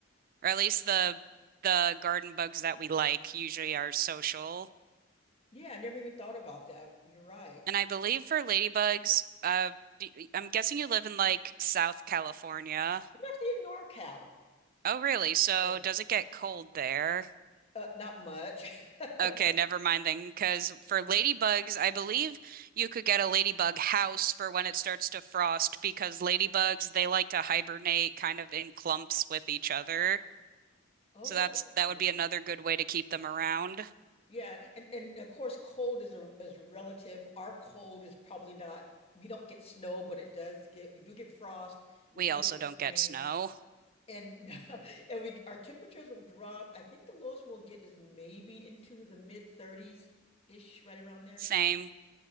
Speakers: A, on the right; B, on the left.
A: Or at least the the garden bugs that we like usually are social.
B: Yeah, I never even thought about that. You're right.
A: And I believe for ladybugs, uh, d- I'm guessing you live in like South California.
B: I'm actually in NorCal.
A: Oh, really? So
B: Yeah.
A: does it get cold there?
B: Uh, not much. <laughs>
A: Okay, never mind then, because for ladybugs, I believe you could get a ladybug house for when it starts to frost because ladybugs, they like to hibernate kind of in clumps with each other.
B: Oh,
A: So that's that
B: okay.
A: would be another good way to keep them around.
B: Yeah, and and of course, cold is a is relative. Our cold is probably not. We don't get snow, but it does get. We do get frost. We
A: We
B: do
A: also
B: get
A: don't
B: rain,
A: get snow.
B: and <laughs> and we our temperatures will drop. I think the lowest we'll get is maybe into the mid 30s ish, right around there.
A: Same.